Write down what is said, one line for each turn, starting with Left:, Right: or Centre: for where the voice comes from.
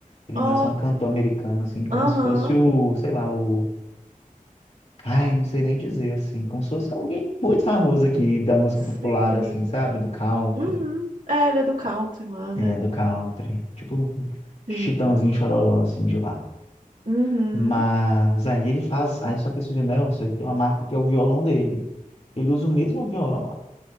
Left: Willie
Right: Ó,
Left: Nelson é um cantor americano, assim, como
Right: aham,
Left: se fosse o, sei lá, o. Ai, não sei nem dizer, assim, como se fosse alguém muito famoso aqui da música
Right: sim.
Left: popular, assim, sabe? Do country.
Right: Uhum. É, ele é do country lá,
Left: Ele
Right: né?
Left: é do country. Tipo,
Right: Sim.
Left: Chitãozinho Chororó, assim, de lá.
Right: Uhum.
Left: Mas aí ele faz. Aí só que esse Nelson, ele tem uma marca que é o violão dele. Ele usa o mesmo violão há